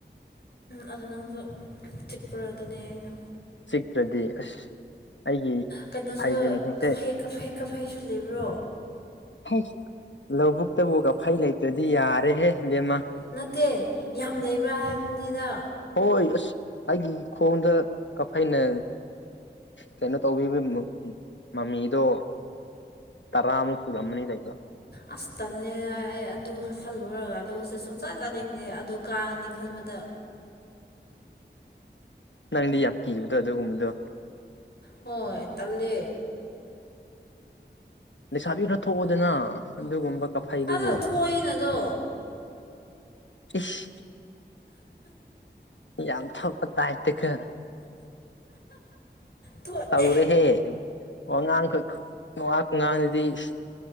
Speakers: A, on the left; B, on the left.
A: ꯑꯗꯨ ꯅꯪꯁꯨ ꯆꯤꯛꯄꯔ ꯑꯗꯨꯅꯦ ꯑꯩꯅ
B: ꯆꯤꯛꯇ꯭ꯔꯗꯤ ꯑꯁ ꯑꯩꯒꯤ
A: ꯀꯩꯅꯣꯁꯨ
B: ꯐꯥꯏꯒꯟꯁꯤꯡꯁꯦ
A: ꯀꯐꯩ ꯀꯐꯩ ꯀꯐꯩꯁꯨ ꯂꯩꯕ꯭ꯔꯣ
B: ꯍꯩ ꯂꯧꯕꯨꯛꯇꯕꯨ ꯀꯐꯩ ꯂꯩꯇ꯭ꯔꯗꯤ ꯌꯥꯔꯦꯍꯦ ꯕꯦꯝꯃ
A: ꯅꯠꯇꯦ ꯌꯥꯝ ꯂꯩꯕ꯭ꯔꯥ ꯍꯥꯏꯕꯅꯤꯗ
B: ꯍꯣꯏ ꯑꯁ ꯑꯩꯒꯤ ꯈꯣꯡꯗ ꯀꯥꯛ ꯐꯩꯅ ꯀꯩꯅꯣ ꯇꯧꯕꯤꯕ ꯃꯃꯤꯗꯣ ꯇꯔꯥꯃꯨꯛ ꯁꯨꯔꯝꯃꯅꯤ ꯂꯩꯕ
A: ꯑꯁ ꯇꯜꯂꯦ ꯑꯩ ꯑꯗꯨ ꯈꯜꯂꯨꯔꯒ ꯂꯧꯁꯦ ꯁꯨꯡꯆꯠ ꯆꯥꯅꯤꯡꯅꯦ ꯑꯗꯨ ꯀꯥꯒꯅꯤ ꯈꯟꯕꯗ
B: ꯅꯪꯗꯤ ꯌꯥꯝ ꯀꯤꯕꯗꯣ ꯑꯗꯨꯒꯨꯝꯕꯗꯣ
A: ꯍꯣꯏ ꯇꯜꯂꯦ
B: ꯂꯩꯁꯥꯕꯤ ꯈꯔ ꯊꯣꯛꯑꯣꯗꯅ ꯑꯗꯨꯒꯨꯝꯕ ꯀꯐꯩꯗꯨꯕꯨ
A: ꯑꯗꯣ ꯊꯣꯛꯏꯅꯗꯣ
B: ꯏꯁ ꯌꯥꯝ ꯊꯞꯄ ꯇꯥꯏꯞꯇ ꯀꯣ
A: ꯊꯣꯛꯑꯦ
B: ꯇꯧꯔꯦꯍꯦ ꯋꯥꯉꯥꯡ ꯈꯨ ꯋꯥ ꯈꯨꯉꯥꯡꯗꯨꯗꯤ ꯏꯁ